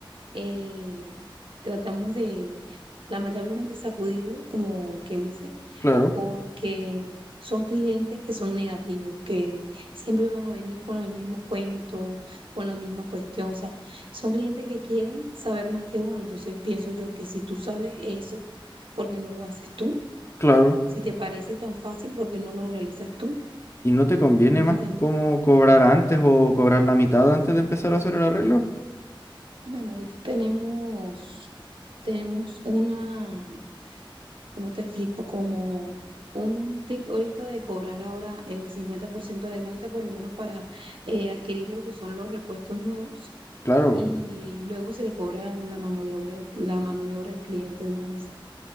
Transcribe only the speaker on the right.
eh, tratamos de, lamentablemente, sacudirlos, como quien dice,
porque son clientes que son negativos, que siempre van a venir con el mismo cuento, con la misma cuestión. O sea, son clientes que quieren saber más que uno. Entonces, pienso yo que si tú sabes eso, ¿por qué no lo haces tú?
Si te parece tan fácil, ¿por qué no lo realizas tú?
¿Sí me
entiendes?
Bueno, ahorita tenemos, tenemos una... ¿Cómo te explico? Como un tic ahorita de cobrar ahora el 50% adelante, por lo menos para eh, adquirir lo que son los repuestos nuevos,
y luego se le cobra la mano de obra, la mano de obra al cliente de una vez.